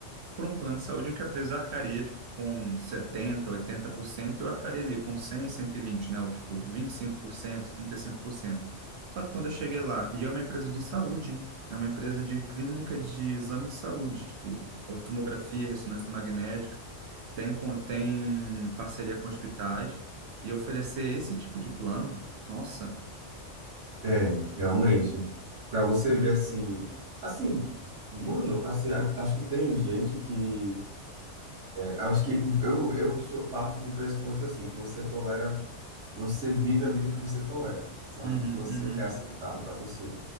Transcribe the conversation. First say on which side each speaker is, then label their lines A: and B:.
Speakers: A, on the right; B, on the right.
A: por um plano de saúde em que a empresa arcaria tipo, com 70, 80% e eu arcaria ali com 100, 120, né? Ou, tipo, vinte e e cinco cinco por cento, trinta e cinco por cento. Só que quando eu cheguei lá, e é uma empresa de saúde, hein? É uma empresa de clínica de exame de saúde, tipo, tomografia, ressonância magnética, tem, con- tem parceria com hospitais, e oferecer esse tipo de plano, nossa,
B: é, realmente. Pra você ver assim, assim, mano, assim, a- acho que tem gente que Eu acho que eu, eu sou parto do pressuposto assim, que você tolera, você vive a vida que você tolera, sabe?
A: uhum,
B: Que você
A: uhum.
B: quer aceitar para você.